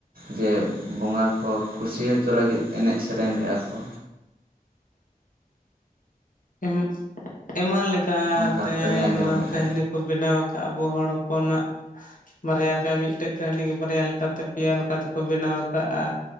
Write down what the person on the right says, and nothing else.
ᱡᱮ ᱵᱚᱸᱜᱟ ᱠᱚ ᱠᱩᱥᱤ ᱦᱚᱪᱚ ᱞᱟᱜᱤᱫ ᱮᱱᱮᱡ ᱥᱮᱨᱮᱧ ᱞᱮᱜ-ᱟ ᱠᱚ᱾
ᱚᱱᱠᱟ
ᱢᱤᱫᱴᱮᱱ ᱞᱤᱧ ᱟᱸᱡᱚᱢ
ᱞᱮᱫᱼᱟ